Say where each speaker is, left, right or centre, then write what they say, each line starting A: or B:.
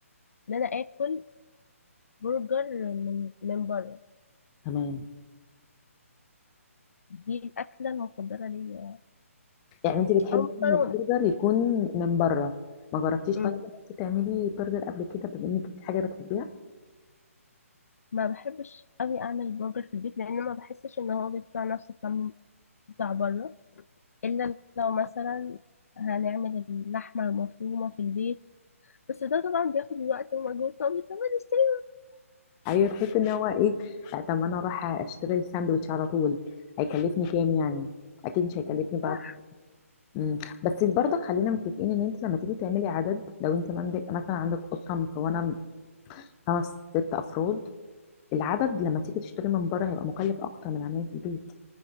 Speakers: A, on the left (about 75°); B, on the left (about 25°).
A: ان انا اكل برجر من من بره
B: تمام
A: دي الاكله المفضله ليا
B: يعني انت بتحبي
A: او مكرونه
B: ان البرجر يكون من بره ما جربتيش
A: أمم.
B: طيب ان انت تعملي برجر قبل كده بما انك دي حاجه بتحبيها
A: ما بحبش قوي اعمل برجر في البيت لان ما بحسش ان هو بيطلع نفس الطعم بتاع بره إلا لو مثلا هنعمل اللحمة مفرومة في البيت بس ده طبعا بياخد وقت ومجهود طب طب ما نشتري
B: ايوه تحسي ان هو ايه آه، طب ما انا اروح اشتري الساندوتش على طول هيكلفني كام يعني اكيد مش هيكلفني بعد
A: صح
B: مم. بس برضك خلينا متفقين ان انت لما تيجي تعملي عدد لو انت عندك مثلا عندك اسره مكونه من خمس ست افراد العدد لما تيجي تشتري من بره هيبقى مكلف اكتر من عمايل في البيت